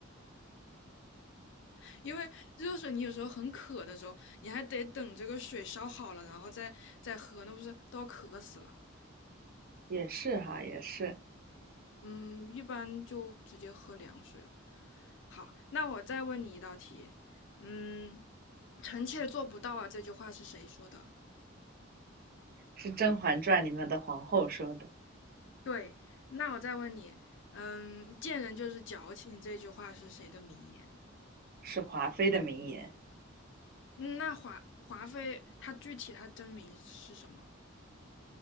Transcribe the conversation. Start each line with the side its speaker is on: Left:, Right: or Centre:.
Left: <laughs> 因为热水你有时候很渴的时候，你还得等这个水烧好了，然后再再喝，那不是都要渴死了。
Right: 也是哈，也是，
Left: 嗯，一般就直接喝凉水了。好，那我再问你一道题，嗯，臣妾做不到啊，这句话是谁说的？
Right: 是《甄嬛传》里面的皇后说的，
Left: 对，那我再问你，嗯，贱人就是矫情，这句话是谁的名言？
Right: 是华妃的名言。
Left: 嗯，那华华妃她具体她真名是什么？